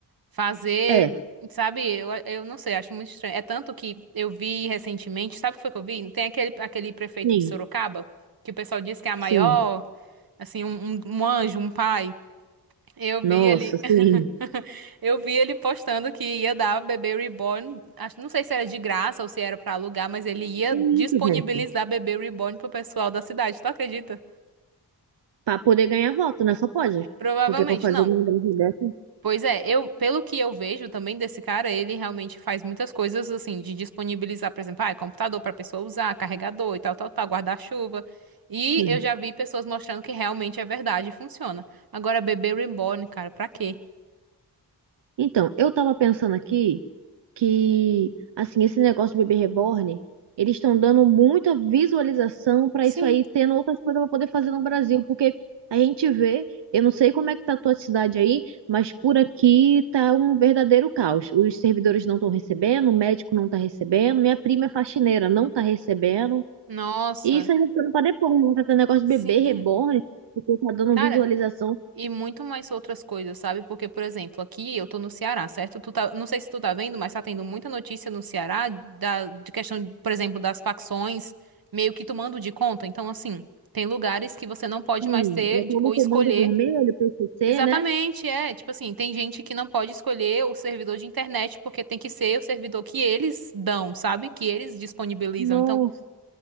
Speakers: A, on the right; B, on the right.
A: Fazer,
B: É,
A: sabe, eu, eu não sei, acho muito estranho. É tanto que eu vi recentemente, sabe o que foi que eu vi? Tem aquele, aquele prefeito
B: sim,
A: de Sorocaba, que o pessoal diz que é a maior,
B: sim.
A: assim, um, um um anjo, um pai. Eu vi
B: Nossa,
A: ele,
B: sim.
A: <laughs> eu vi ele postando que ia dar bebê reborn, acho, não sei se era de graça ou se era pra alugar, mas ele ia
B: Tem
A: disponibilizar
B: isso, gente.
A: bebê reborn pro pessoal da cidade, tu acredita?
B: Para poder ganhar voto, né? Só pode.
A: Provavelmente
B: Porque para fazer
A: não.
B: uma grande dessa,
A: Pois é, eu, pelo que eu vejo também desse cara, ele realmente faz muitas coisas assim, de disponibilizar, por exemplo, ah, é computador para pessoa usar, carregador e tal, tal, tal, guarda-chuva. E
B: sim.
A: eu já vi pessoas mostrando que realmente é verdade e funciona. Agora, bebê reborn, cara, pra quê?
B: Então, eu tava pensando aqui. que, assim, esse negócio de bebê reborn, eles estão dando muita visualização para
A: Sim.
B: isso aí, tendo outras coisas para poder fazer no Brasil, porque a gente vê, eu não sei como é que tá a tua cidade aí, mas por aqui tá um verdadeiro caos. Os servidores não estão recebendo, o médico não tá recebendo, minha prima é faxineira, não tá recebendo.
A: Nossa,
B: E isso aí vai ficando para depois, né? tá tendo negócio de
A: sim.
B: bebê reborn, porque tá dando
A: Cara,
B: visualização,
A: E muito mais outras coisas, sabe? Porque, por exemplo, aqui eu tô no Ceará, certo? Tu tá, não sei se tu tá vendo, mas tá tendo muita notícia no Ceará da, de questão, por exemplo, das facções meio que tomando de conta. Então, assim, tem lugares que você não pode
B: sim,
A: mais ter
B: eu tô
A: de-
B: no
A: ou escolher.
B: comando vermelho, PCC,
A: Exatamente,
B: né?
A: é. Tipo assim, tem gente que não pode escolher o servidor de internet porque tem que ser o servidor que eles dão, sabe? Que eles disponibilizam.
B: Nossa,
A: Então,